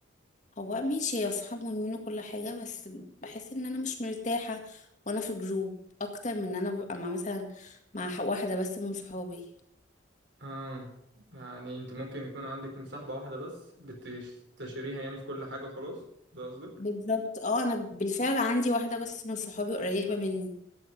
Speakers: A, on the left; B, on the right.
A: هو ماشي يا صحاب مهمين وكل حاجة بس بحس ان انا مش مرتاحة وانا في جروب اكتر من ان انا ببقى مع مثلا مع ح- واحدة بس من صحابي
B: اه يعني انت ممكن يكون عندك مصاحبه واحده بس بتستشيريها يعني في كل حاجه خلاص ده قصدك
A: بالظبط اه انا بالفعل عندي واحدة بس من صحابي قريبة مني